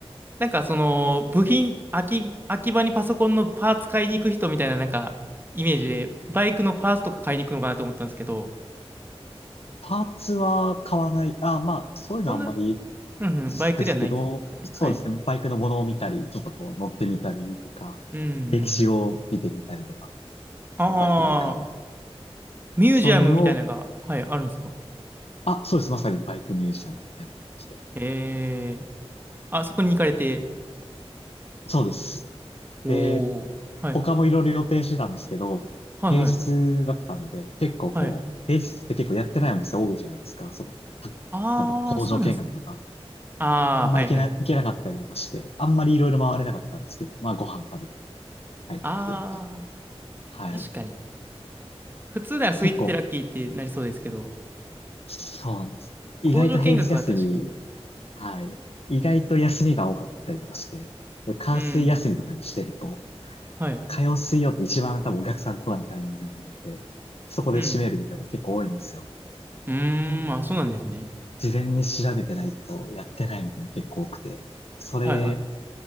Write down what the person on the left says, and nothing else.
パーツは買わない。あ、まあ、そういうのあんまり
ですけど、
そうですね。バイクのものを見たり、ちょっとこう乗ってみたりとか、
歴史を見てみたりとか、そのバイクメーカーの、
そういうのを、
あ、そうです。まさにバイクミュージシャンみたいな感じで。
そうです。
で、
他もいろいろ予定してたんですけど、
平日だったんで、結構こう、
平日って結構やってないお店多いじゃないですか。その、はなんだろう、
工場見学とか。
あんま行けな、
行けなかったりとかして、あんまりいろいろ回れなかったんですけど、まあご飯食べて帰ってきてみたいな。
はい。
結構そうなんです。意外と平日休み、
はい。意外と休みが多かったりとかして、火水休みとかにしてると、
火曜水曜って一番多分お客さん来ないタイミングなんで、そこで閉めるみたいなの結構多いんですよ。
事前に調べてないとやってないみたいなの結構多くて、それ、